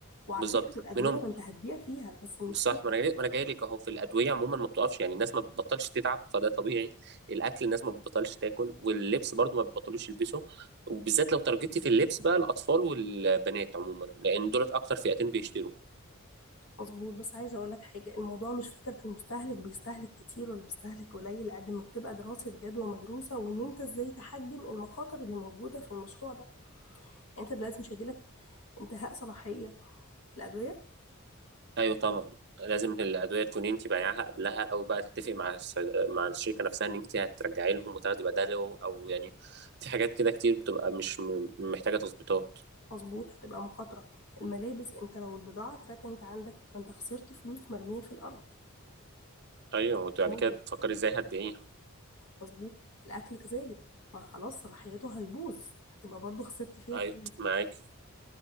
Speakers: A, on the left; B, on the right.
A: وعلى
B: بالظبط
A: فكرة والأدوية
B: منهم
A: ما أنت هتبيع فيها بس المشكلة
B: صح ما انا جاي ما انا جاي لك اهو في الادويه عموما ما بتقفش يعني الناس ما بتبطلش تتعب فده طبيعي الاكل الناس ما بتبطلش تاكل واللبس برضو ما بيبطلوش يلبسه وبالذات لو ترجتي في اللبس بقى الاطفال والبنات عموما لان دولت اكتر فئتين بيشتروا
A: مظبوط بس عايزة أقول لك حاجة الموضوع مش فكرة المستهلك بيستهلك كتير ولا بيستهلك قليل قد ما بتبقى دراسة جدوى مدروسة وإن أنت إزاي تحجم المخاطر اللي موجودة في المشروع ده يعني أنت دلوقتي مش هيجيلك انتهاء صلاحية في الأدوية
B: ايوه طبعا لازم الادويه تكون انت بايعاها قبلها او بقى تتفقي مع الصيد- مع الشركه نفسها ان انت هترجعي لهم وتاخدي بداله او يعني في حاجات كده كتير بتبقى مش م- محتاجه تظبيطات
A: مظبوط هتبقى مخاطرة الملابس أنت لو البضاعة اتركنت عندك ما أنت خسرت فلوس مرمية في الأرض
B: ايوه وبعد
A: بمدة
B: كده تفكري ازاي هتبيعيها
A: مظبوط الأكل كذلك ما خلاص صلاحيته هيبوظ هتبقى برضو خسرت فيها
B: ايوه
A: فلوس
B: معاكي